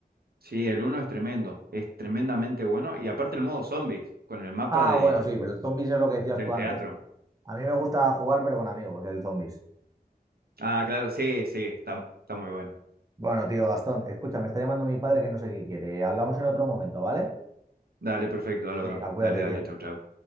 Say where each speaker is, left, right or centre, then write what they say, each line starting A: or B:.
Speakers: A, on the right; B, on the right.
A: Sí, el uno es tremendo, es tremendamente bueno. Y aparte el modo zombies, con el mapa
B: Ah,
A: de,
B: bueno, sí, pero el zombies es lo que decías
A: del
B: tú antes.
A: teatro.
B: tío. A mí me gusta jugar, pero con amigos, el zombies.
A: Ah, claro, sí, sí, está, está muy bueno.
B: Bueno, tío, Gastón, escucha, me está llamando mi padre que no sé qué quiere. Hablamos en otro momento, ¿vale?
A: Dale, perfecto, Álvaro.
B: Venga, cuídate,
A: Dale, dale,
B: tío.
A: chau, chau.